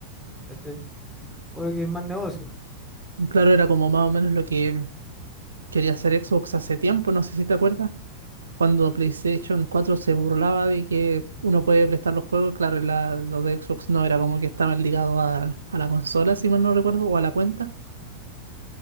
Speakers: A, in the centre; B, on the right.
A: ¿cachai? Oye, que es más negocio.
B: Claro, era como más o menos lo que quería hacer Xbox hace tiempo, no sé si te acuerdas. Cuando PlayStation 4 se burlaba de que uno puede prestar los juegos, claro, y la, lo de Xbox no era como que estaban ligados a, a la consola, si mal no recuerdo, o a la cuenta.